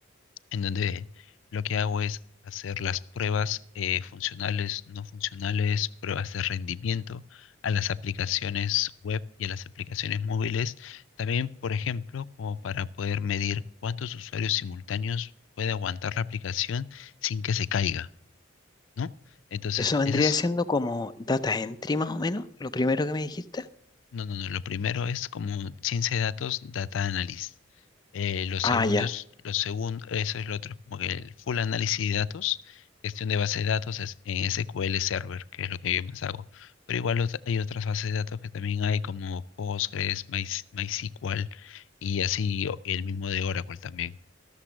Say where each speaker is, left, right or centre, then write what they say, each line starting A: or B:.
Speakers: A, on the left; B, on the left.
A: en donde lo que hago es hacer las pruebas eh, funcionales, no funcionales, pruebas de rendimiento a las aplicaciones web y a las aplicaciones móviles. También, por ejemplo, como para poder medir cuántos usuarios simultáneos puede aguantar la aplicación sin que se caiga, ¿no? Entonces,
B: Eso vendría
A: esas
B: siendo como data entry más o menos, lo primero que me dijiste.
A: No, no, no. Lo primero es como ciencia de datos, data analysis. Eh, lo segundo
B: Ah, ya.
A: es, lo segundo, eso es lo otro, como que el full análisis de datos, gestión de bases de datos es- en SQL Server, que es lo que yo más hago. Pero igual ot- hay otras bases de datos que también hay como Postgres, My- MySQL y así o- el mismo de Oracle también.